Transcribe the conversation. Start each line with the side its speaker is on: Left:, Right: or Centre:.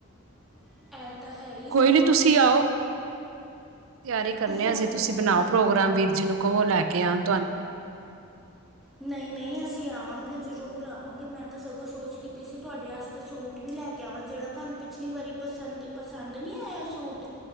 Centre: ਇਹ ਤਾਂ ਹੈ ਹੀ ਸਗੋਂ
Right: ਕੋਈ ਨੀ ਤੁਸੀ ਆਓ- ਤਿਆਰੀ ਕਰਨੇ
Centre: ਹੁਣ
Right: ਆ ਅਸੀ ਤੁਸੀ ਬਣਾਓ ਪ੍ਰੋਗਰਾਮ ਵੀਰ ਜੀ ਨੂੰ ਕਵੋ ਲੈ ਕੇ ਆਉਣ ਤੁਹਾਨੂੰ-
Centre: ਨਹੀ- ਨਹੀ ਅਸੀ ਆਵਾਂਗੇ ਜਰੂਰ ਆਵਾਂਗੇ ਮੈ ਤਾਂ ਸਗੋ ਸੋਚਦੀ ਪਈ ਸੀ ਤੁਹਾਡੇ ਵਸਤੇ ਸੂਟ ਵੀ ਲੈ ਕੇ- ਕਿਓਂ ਜਿਹੜਾ ਤੁਹਾਨੂੰ ਪਿਛਲੀ ਵਾਰੀ ਪਸੰਦ- ਪਸੰਦ ਨਹੀ ਆਇਆ ਸੂਟ